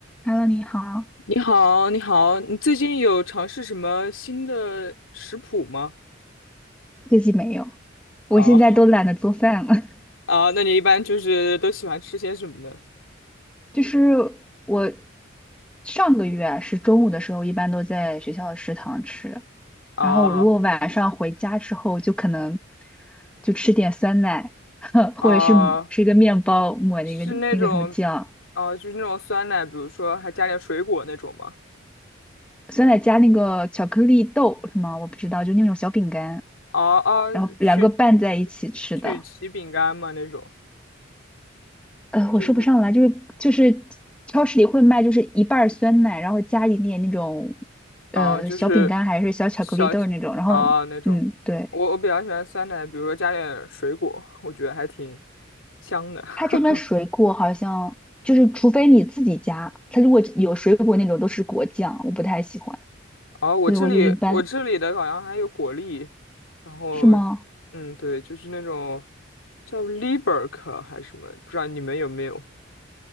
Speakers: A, in the centre; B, on the left.
A: Hello，你好，
B: 你好，你好，你最近有尝试什么新的食谱吗？
A: 最近没有，我现在都懒得做饭了。
B: 哦，<laughs> 啊，那你一般就是都喜欢吃些什么呢？
A: <laughs> 就是我上个月啊是中午的时候，一般都在学校的食堂吃，
B: 啊
A: 然后如果晚上回家之后，就可能就吃点酸奶，<laughs> 或者是抹吃个面包抹那个那个什么酱，
B: 啊，是那种，啊，就是那种酸奶，比如说还加点水果那种吗？
A: 酸奶加那个巧克力豆是吗？我不知道，就那种小饼干，
B: 啊啊，
A: 然后两个拌在一起吃的。
B: 曲曲奇饼干吗？那种，
A: 呃，
B: 就是
A: 我说不上来，就是就是超市里会卖，就是一半儿酸奶，然后加一点那种
B: 啊，
A: 呃小饼干还是小巧克力豆儿那种，
B: 就是小
A: 然后嗯，
B: 啊那种。
A: 对，
B: 我我比较喜欢酸奶，比如说加点水果，我觉得还挺香的。<laughs>
A: 它这边水果好像就是除非你自己加，它如果有水果那种都是果酱，我不太喜欢，
B: 哦，我这里我这里的好像还有果粒，
A: 所以我就一般，
B: 然后，
A: 是吗？
B: 嗯，对，就是那种叫 Liberk 还是什么，不知道你们有没有？